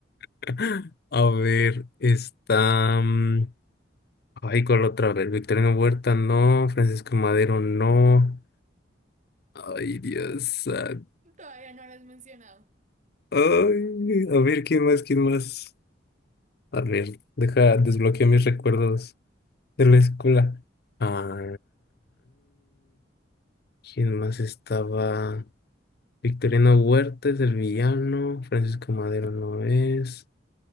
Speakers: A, on the left (about 55°); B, on the right (about 40°).
A: <laughs> A ver, está. mm, Ay, ¿cuál otra? vez ver, Victoriano Huerta, no. Francisco Madero, no. Ay, Dios santo.
B: Todavía no lo has mencionado.
A: Ay, a ver, ¿quién más? ¿Quién más? A ver, deja, desbloqueo mis recuerdos de la escuela. Ah, ¿quién más estaba? Victoriano Huerta es el villano, Francisco Madero no es,